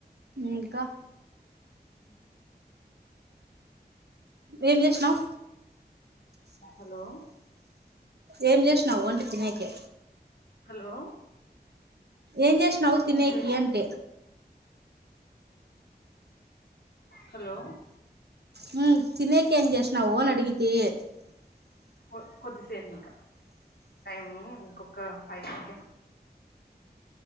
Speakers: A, on the right; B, on the left.
A: ఇంకా
B: ఉహు
A: ఏం జేశనవ్.
B: హలో
A: ఏం జేశనవ్ ఒంట తినేకే
B: హలో
A: ఏం జేశనవ్ తినేకి
B: ఇంకే
A: అంటే
B: హలో
A: హు తినేకి ఏజెశనవు అని అడిగతే.
B: కొ కొద్దిసేపు ఇంకా టైమ్ ఇంకొక ఫైవ్ సెకండ్